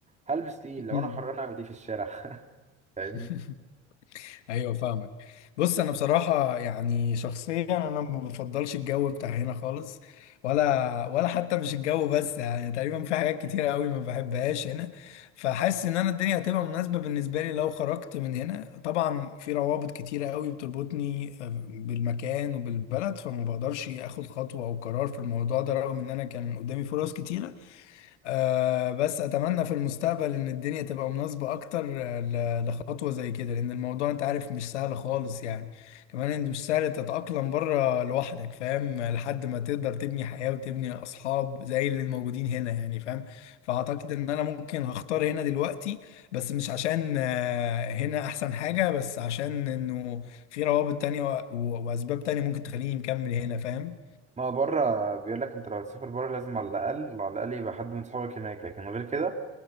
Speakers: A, on the right; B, on the left.
A: هلبس تقيل لو
B: مم.
A: انا حران اعمل ايه في الشارع <laughs> فاهمني
B: <laughs> ايوه فاهمك بص انا بصراحه يعني شخصيا انا ما بفضلش الجو بتاع هنا خالص ولا ولا حتى مش الجو بس يعني تقريبا في حاجات كتيره قوي ما بحبهاش هنا فحاسس ان انا الدنيا هتبقى مناسبه بالنسبه لي لو خرجت من هنا طبعا في روابط كتيره قوي بتربطني آه، بالمكان وبالبلد فما بقدرش اخد خطوه او قرار في الموضوع ده رغم ان انا كان قدامي فرص كتيره آه بس اتمنى في المستقبل ان الدنيا تبقى مناسبة اكتر آه، ل- لخطوة زي كده لان الموضوع انت عارف مش سهل خالص يعني كمان انت مش سهل تتأقلم بره لوحدك فاهم لحد ما تقدر تبني حياة وتبني اصحاب زي اللي موجودين هنا يعني فاهم فاعتقد ان انا ممكن هختار هنا دلوقتي بس مش عشان آه، هنا احسن حاجة بس عشان انه في روابط تانية و- و- واسباب تانية ممكن تخليني مكمل هنا فاهم
A: ما هو بره بيقول لك انت لو هتسافر بره لازم على الاقل على الاقل يبقى حد من صحابك هناك لكن غير كده